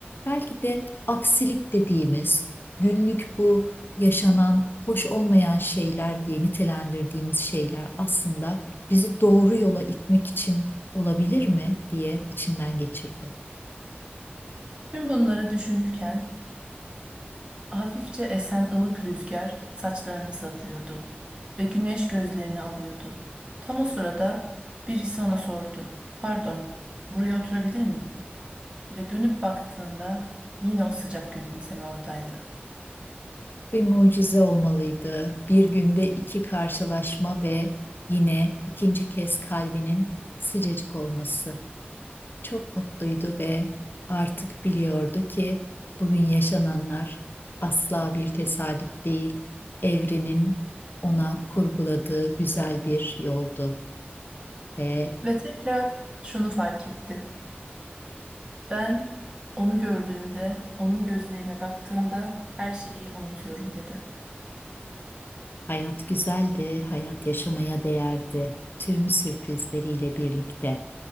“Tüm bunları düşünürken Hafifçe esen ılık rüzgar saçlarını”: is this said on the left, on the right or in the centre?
Right